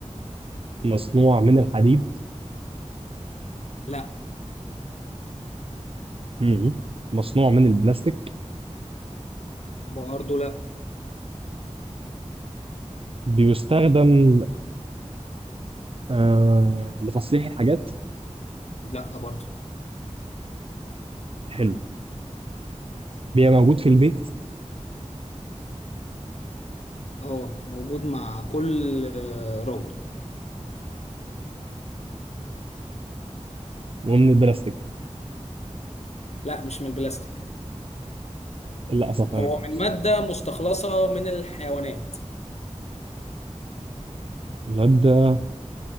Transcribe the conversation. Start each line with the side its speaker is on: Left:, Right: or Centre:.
Right: مصنوع من الحديد
Left: لا
Right: مم. مصنوع من البلاستيك
Left: برضه لا
Right: بيستخدم آه، لتصليح الحاجات
Left: لا برضه
Right: حلو بيبقى موجود في البيت
Left: اه موجود مع كل آه، راجل
Right: ومن البلاستيك
Left: لا مش من البلاستيك
Right: للأسف تمام
Left: هو
Right: ماشي
Left: من مادة مستخلصة من الحيوانات
Right: مادة